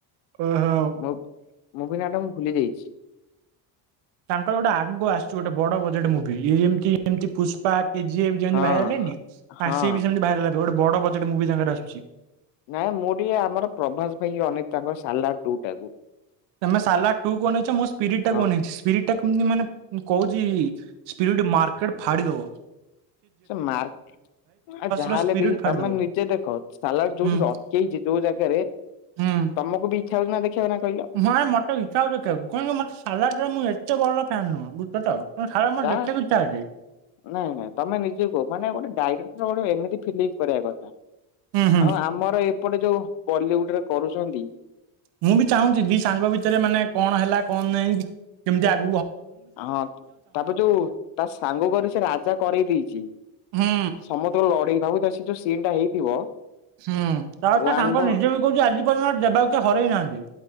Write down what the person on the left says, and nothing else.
ମୁଁ ମୁଭି ନାଆଟା ମୁଁ ଭୁଲିଯାଇଛି।
ହଁ
ହଁ।
ନାଇଁ ମୁଁ ଟିକେ ଆମର ପ୍ରଭାସ ଭାଇକି ଅନେଇଚି ତାଙ୍କର ସାଲାର୍ ଟୁଟାକୁ
ହଁ
ସେ ମାର୍କ୍-ଆ ଯାହାହେଲେ
ବି
ତମେ ନିଜେ ଦେଖ ସାଲର୍ ଯୋଉଠି
ଅଟକେଇ ଚି ଯୋଉ ଜାଗାରେ
ତମକୁ ବି ଇଚ୍ଛା ହଉଛି ନା ଦେଖିବା ନା କହିଲ
ଯା
ନାଇଁ ନାଇଁ ତମେ ନିଜ କୁହ ମାନେ ଗୋଟେ ଡାଇରେକ୍ଟର ଗୋଟେ ଏମିତି ଫିଲ୍ମ କରିବା କଥା?
ଆଉ ଆମର ଏପଟେ ଯୋଉ ବଲିଉଡରେ କରୁଚନ୍ତି
ହଁ ତାପରେ ଯୋଉ ତା ସାଙ୍ଗ କରି ସେ ରାଜା କରେଇଦେଇଚି।
ସମସ୍ତଙ୍କର ଲଢେଇ ଭାବୁଥା ସେ ଯୋଉ ସିନଟା ହେଇଥିବ
ୱାନ୍
ଭ